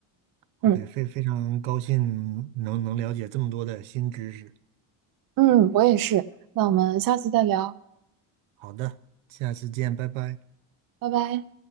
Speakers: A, on the right (about 80°); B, on the right (about 45°).
A: ，OK，
B: 嗯。
A: 非非常高兴能能了解这么多的新知识。
B: 嗯，我也是。那我们下次再聊，
A: 好的，下次见，拜拜。
B: 拜拜。